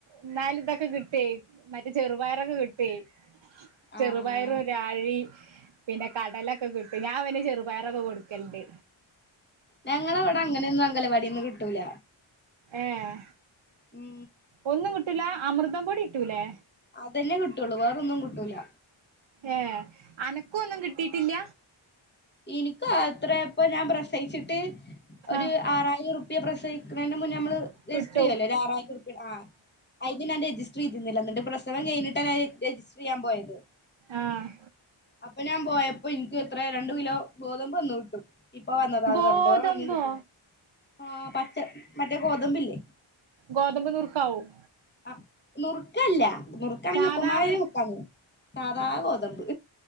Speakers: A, on the right; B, on the left.
A: എന്നാല് ഇതൊക്കെ കിട്ടൊ മറ്റേ ചെറുപയറൊക്കെ കിട്ടിയ ചെറുപയറും
B: ആഹ്
A: രാഴി പിന്നെ കടലൊക്കെ കിട്ടും ഞാൻ ഇവന് ചെറുപയറൊക്കെ കൊടുക്കലണ്ട്
B: ഞങ്ങളവിടെ അങ്ങനെയൊന്നും അംഗലവാടിന്ന് കിട്ടൂല
A: ഏഹ്
B: ഉം
A: ഒന്നും കിട്ടൂല അമൃതം പൊടി കിട്ടൂലേ
B: അതന്നെ കിട്ടുള്ളു വേറൊന്നും കിട്ടൂല
A: ഏഹ് അനക്കു ഒന്നും കിട്ടിയിട്ടില്ല
B: എനിക്ക് അത്ര ഇപ്പൊ ഞാൻ പ്രസയിച്ചിട്ട് ഒരു
A: ആഹ്
B: ആറായിരം പ്രസിക്കുന്ന മുന്നേ നമ്മൾ രജിസ്റ്റർ
A: കിട്ടും
B: ചെയ്യല്ലോ ആറര റുപിയ ആഹ് അതിന് ഞാൻ റെജി രസ്റ്റ ചെയ്തില്ല എന്നിട്ട് പ്രസവം കഴിഞ്ഞട്ടാണ് ഞാൻ രജിസ്റ്റർ ചെയാൻ പോയത്
A: ആഹ്
B: അപ്പൊ ഞാൻ പോയപ്പോ എനിക്ക് എത്ര രണ്ട് കിലോ ഗോതമ്പ് തന്നു വിട്ടു ഇപ്പൊ വന്നതാന്ന്
A: ഗോതമ്പോ
B: പറഞ്ഞിട്ട് വേറെ ഒന്നും കിട്ടില്ല ആഹ് പച്ച മറ്റേ ഗോതമ്പില്ലേ
A: ഗോതമ്പ് നുറുക്കാവും
B: ആ നുറുക്കല്ല നുറുക്ക് ആണെങ്കിൽ
A: സാധാവേ
B: ഉപ്പമാവിന് മുക്കാല്ലോ സാധ ഗോതമ്പ്